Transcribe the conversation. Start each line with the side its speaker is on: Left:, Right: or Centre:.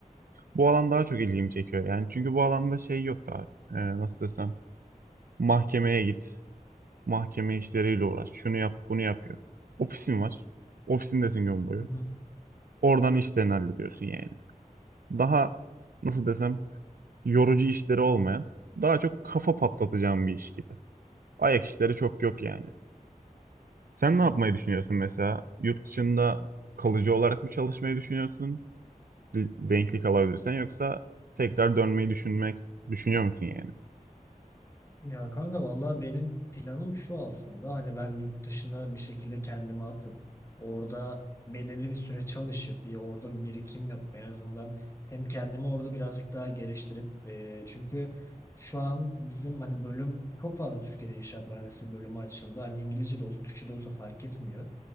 Right: Bu alan daha çok ilgimi çekiyor. Yani çünkü bu alanda şey yok daha. Ee, nasıl desem. Mahkemeye git. Mahkeme işleriyle uğraş. Şunu yap, bunu yap yok. Ofisin var. Ofisindesin gün boyu.
Left: hı.
Right: Oradan işlerini hallediyorsun yani. Daha nasıl desem yorucu işleri olmayan, daha çok kafa patlatacağım bir iş gibi. Ayak işleri çok yok yani. Sen
Left: Hmm.
Right: ne yapmayı düşünüyorsun mesela? Yurt dışında kalıcı olarak mı çalışmayı düşünüyorsun? Denklik alabilirsen yoksa tekrar dönmeyi düşünmek düşünüyor musun yani?
Left: Ya kanka vallahi benim planım şu aslında hani ben yurt dışına bir şekilde kendimi atıp orada belirli bir süre çalışıp bir orada bir birikim yapıp en azından hem kendimi orada birazcık daha geliştirip e, çünkü şu an bizim hani bölüm çok fazla Türkiye'de inşaat mühendisliği bölümü açıldı. Hani İngilizce de olsa Türkçe de olsa fark etmiyor.